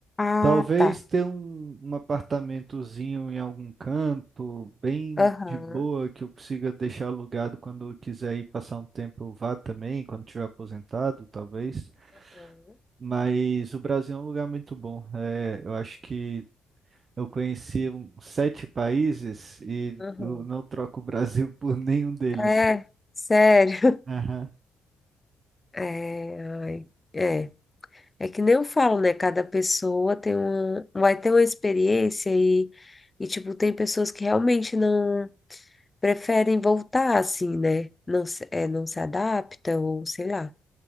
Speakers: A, on the left; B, on the right.
A: Ah,
B: Talvez
A: tá.
B: ter um, um apartamentozinho em algum canto, bem
A: Aham.
B: de boa, que eu consiga deixar alugado quando eu quiser ir passar um tempo, eu vá também, quando tiver aposentado, talvez.
A: Aham.
B: Mas o Brasil é um lugar muito bom. É, eu acho que eu conheci um- sete países e
A: Aham.
B: eu não troco o Brasil <laughs> por nenhum deles.
A: É, sério.
B: Aham.
A: <laughs> É, ai, é. É que nem eu falo, né? Cada pessoa tem uma, vai ter uma experiência e, e tipo, tem pessoas que realmente não preferem voltar assim, né? Não, se- é, não se adapta ou sei lá.